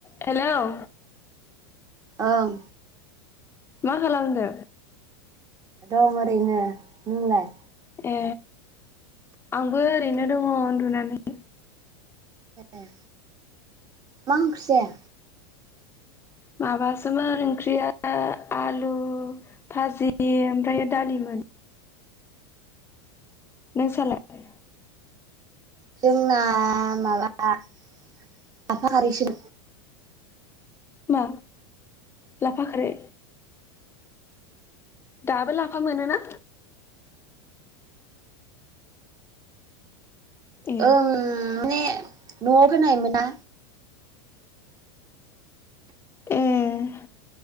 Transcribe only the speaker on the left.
हेल'
मा खालामदों?
ए आंबो ओरैनो दङ उन्दुनानै
माबासोमोन ओंख्रिया आलु भाजि ओमफ्राय दालिमोन।
नों सालाय?
मा लाफा खारै? दाबो लाफा मोनोना? ए
एह।